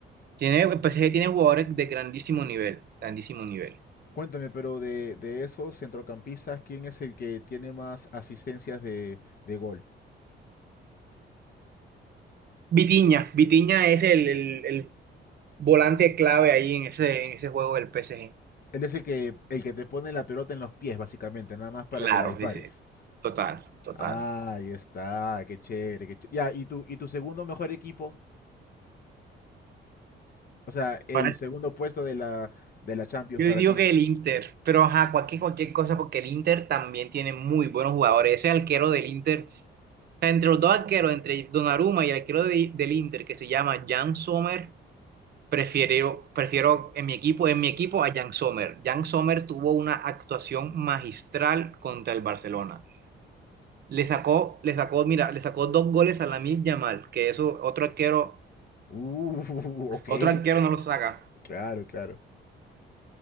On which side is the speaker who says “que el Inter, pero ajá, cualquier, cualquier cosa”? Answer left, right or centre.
Right